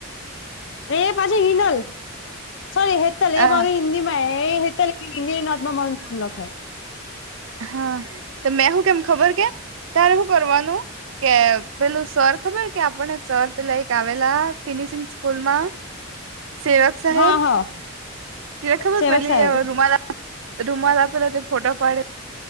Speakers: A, on the left; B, on the right.
A: એ પાછી હિનલ. સોરી હેતલ
B: ચોપડીમાં
A: એ મારું હિન્દીમાં <unintelligible> હિન્દીની નોટમાં મારું નામ લખે
B: હા તો મેં હું કેમ ખબર કે? તારે હું કરવાનું કે પેલું સર ખબર કે આપણને સર પેલા એક આવેલા ફિનિશિંગ સ્કૂલમાં સેવકસાહેબ
A: હા હા
B: તેરે ખબર
A: સેવક
B: પેલી
A: સાહેબ
B: એ રૂમાલ આ રૂમાલ આપેલો તે ફોટો પાડે